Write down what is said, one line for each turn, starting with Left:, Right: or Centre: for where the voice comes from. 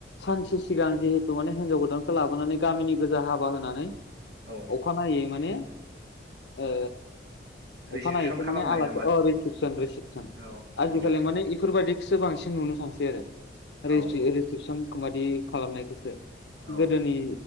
Left: सानसे सिगां जिहेथु माने हिनजाव गोदानखौ लाबोनानै गामिनि गोजा हाबा होनानै
Right: औ
Left: अखानायनायै माने ओ
Right: रिसिपसन
Left: अखानायैखौ
Right: खालामनाय
Left: माने आलासि
Right: नामा
Left: अ रिसिपसन रिसिपसन
Right: औ
Left: आजिखालि
Right: औ
Left: माने इफोरबायदि सो बांसिन नुनो थांसै आरो
Right: औ
Left: रिस्ट्रिकसनखौ बादि खालामनायखौसो
Right: औ
Left: गोदोनि